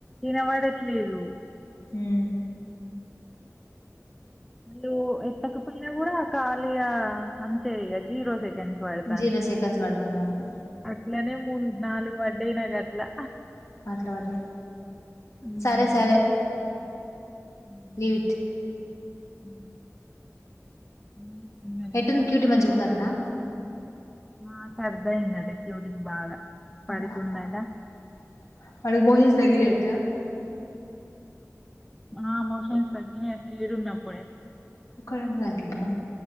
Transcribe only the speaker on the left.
హూ
జీరో సెకండ్స్ పడుతుంది అవును
మాట్లా పడ్డయ
సరే సరే
లీవ్ ఇట్
ఎట్టుంది క్యూటీ మంచిగుందటనా
<unintelligible>
కొంచం తగ్గినయి